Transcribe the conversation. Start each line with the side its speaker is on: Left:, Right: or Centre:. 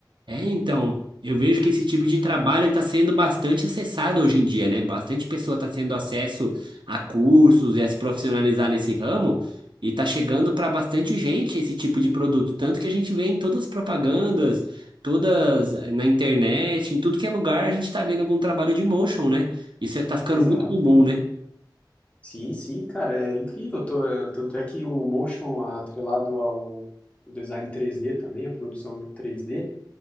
Right: É, então, eu vejo que esse tipo de trabalho está sendo bastante acessado hoje em dia, né? Bastante pessoa está tendo acesso a cursos e a se profissionalizar nesse ramo, e está chegando para bastante gente esse tipo de produto. Tanto que a gente vê em todas as propagandas, todas eh, na internet, em tudo que é lugar, a gente está vendo algum trabalho de motion, né? Isso está ficando
Left: Exato.
Right: muito comum, né?
Left: Sim, sim, cara, é incrível. Tô- é, tanto é que o motion atrelado ao design 3D também, a produção 3D,